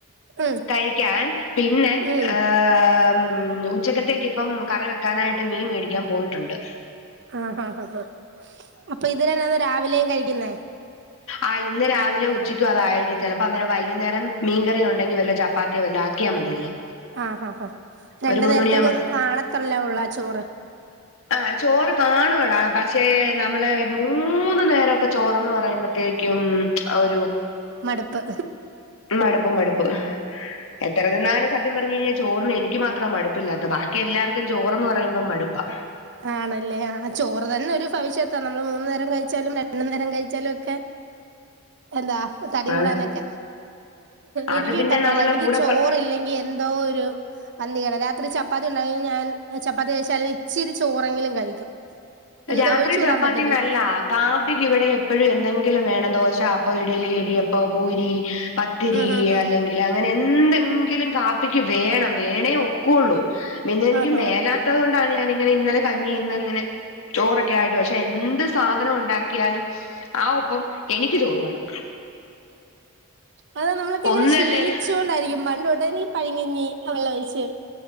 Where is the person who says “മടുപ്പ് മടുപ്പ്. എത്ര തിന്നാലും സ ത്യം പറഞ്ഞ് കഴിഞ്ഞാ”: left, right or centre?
Left